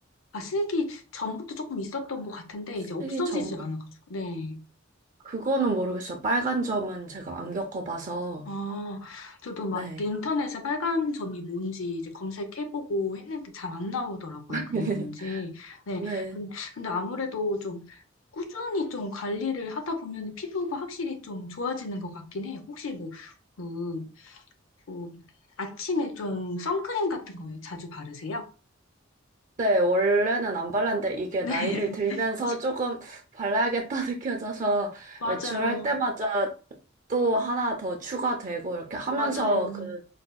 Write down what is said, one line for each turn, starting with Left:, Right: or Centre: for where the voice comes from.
Left: 아, 쓰기 전부터 조금 있었던 것 같은데
Right: 쓰기
Left: 이제 없어지지
Right: 전,
Left: 않아가지고. 네.
Right: 그거는 모르겠어요. 빨간 점은 제가 안 겪어봐서.
Left: 아, 저도 막
Right: 네.
Left: 이렇게 인터넷에 빨간 점이 뭔지 이제 검색해보고 했는데 잘 안 나오더라고요.
Right: <laughs>
Left: 그게 뭔지. 네.
Right: 네.
Left: 근- 근데 아무래도 좀 꾸준히 좀 관리를 하다 보면 피부가 확실히 좀 좋아지는 것 같긴 해요. 혹시 뭐, 그, 뭐, 아침에 좀 선크림 같은 거 자주 바르세요?
Right: 네, 원래는 안 발랐는데 이게
Left: 네.
Right: 나이를
Left: <laughs>
Right: 들면서 조금 발라야겠다 <laughs> 느껴져서
Left: 맞아.
Right: 외출할
Left: 맞아요.
Right: 때마다 또 하나 더 추가되고 이렇게 하면서
Left: 맞아요.
Right: 그